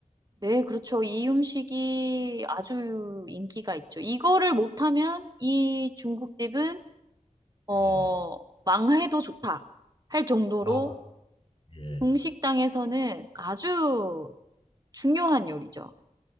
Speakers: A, on the right; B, on the left.
A: 네, 그렇죠. 이 음식이 아주 인기가 있죠. 이거를 못하면 이 중국집은 어,
B: 네.
A: 망해도 좋다 할 정도로
B: 아, 예.
A: 중식당에서는 아주 중요한 요리죠.